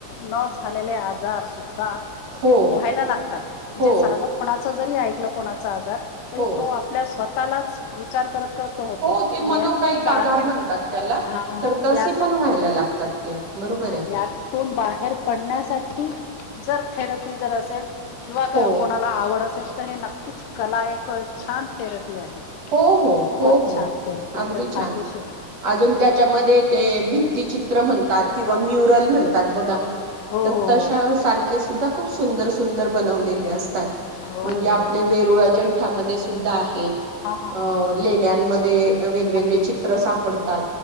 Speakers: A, on the left; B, on the right.
A: न झालेले आजार सुद्धा
B: हो,
A: व्हायला लागतात... म्हणजे
B: हो,
A: साधं कोणाचं जरी ऐकलं कोणाचा आजार, तरी
B: हो,
A: तो आप आपल्या स्वतःलाच विचार करत करत तो होतो
B: हो... ते मनोकाइक
A: यातून बाहेर
B: आजार म्हणतात त्याला...
A: हा
B: तर तसे
A: यात
B: पण व्हायला लागतात ते बरोबर
A: हा
B: आहे.
A: यातून बाहेर पडण्यासाठी जर थेरपी... जर असेल किंवा
B: हो,
A: कोणाला आवड असेल, तर हे नक्कीच, कला एक छान थेरपी आहे
B: हो... हो...
A: खूपच
B: हो हो...
A: छान थेरपी आणि
B: अगदी
A: त्या फायदेशीर
B: छान
A: आहे
B: अजून त्याच्यामध्ये ते भित्तीचित्र म्हणतात किंवा म्युरल म्हण बघा...
A: हो
B: तर
A: हो
B: तशा
A: हो
B: सारखे सुद्धा, खूप सुंदर, सुंदर बनवलेले असतात
A: हो
B: म्हणजे
A: हो
B: आपले
A: हो खूपच
B: वेरुळ अजंठामध्ये
A: छान
B: सुद्धा आहेत
A: हा हा
B: अ...
A: हा बरोबर
B: लेण्यांमध्ये
A: बरोबर
B: वेगवेगळे
A: अगदी
B: चित्र सापडतात,